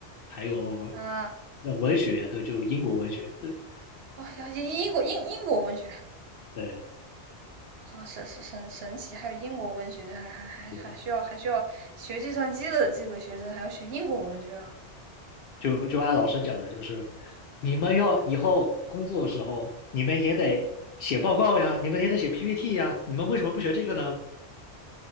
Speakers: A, on the left; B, on the right.
A: 还有
B: 啊。
A: 那文学，对，就英国文学，对，
B: 啊呀，英英国英英国文学，
A: 对
B: 好哦神神神神奇，还有英国文学，就还还还还需要还需要学计算机的这个学生还要学英国文学啊，
A: 对。就就按老师讲的，就是你们要以后工作的时候，你们也得写报告呀，你们也得写 PPT 呀，你们为什么不学这个呢？